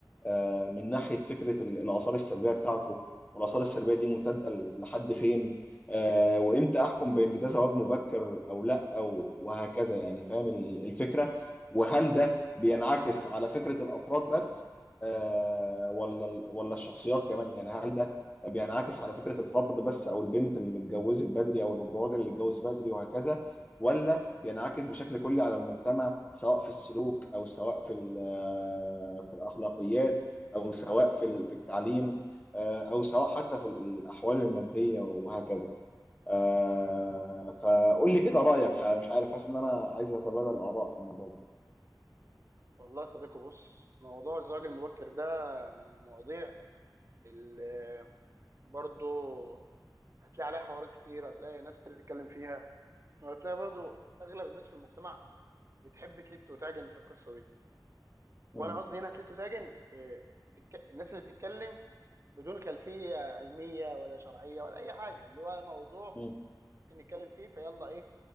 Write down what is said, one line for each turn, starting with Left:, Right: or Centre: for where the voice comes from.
Left: آه، من
Right: مم.
Left: ناحية فكرة ال- الآثار السلبية بتاعته والآثار السلبية دي ممتدة ل- لحد فين آه، وإمتى أحكم بأن ده زواج مبكر أو لأ أو وهكذا يعني فاهم ال- الفكرة وهل
Right: اه
Left: ده بينعكس على فكرة الأفراد بس آه، ولا ال- ولا الشخصيات كمان يعني هل ده بينعكس على فكرة الفرد بس أو البنت اللي اتجوزت بدري أو الراجل اللي اتجوز بدري وهكذا ولا بينعكس بشكل كلي على المجتمع سواء في السلوك او سواء في ال- آه، في الاخلاقيات او سواء في ال- في التعليم آه، او سواء حتى في الاحوال الماديه وهكذا آه، فقول لي كده رايك مش عارف حاسس ان انا عايز اتبادل الاراء في الموضوع ده
Right: والله يا صديقي بص موضوع الزواج المبكر ده من المواضيع اللي برضو هتلاقي عليها حوارات كتير هتلاقي ناس كتير تتكلم فيها وهتلاقي برضو اغلب الناس في المجتمع بتحب تلت وتعجن في القصه دي
Left: م-
Right: وانا قصدي هنا تلت وتعجن إيه، بتتك... الناس اللي بتتكلم بدون خلفيه علميه ولا شرعيه ولا اي حاجه اللي هو موضوع
Left: م-
Right: ممكن نتكلم فيه فيلا ايه